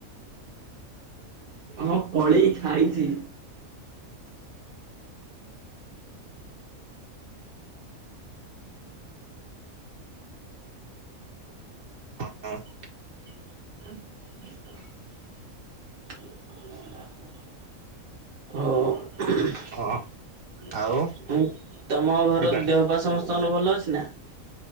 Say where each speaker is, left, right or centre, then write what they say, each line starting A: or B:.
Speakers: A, on the right; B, on the right.
A: ହଁ ଫଳି ଖାଇଚି।
B: ଅଁ ଉଁ।
A: <inaudible> ହ। ଆଉ ତମ ଘର ଦେହ ପା
B: ହଁ
A: ସମସ୍ତଙ୍କର
B: ଆଉ
A: ଭଲ ଅଛି
B: ଯିବା
A: ନା?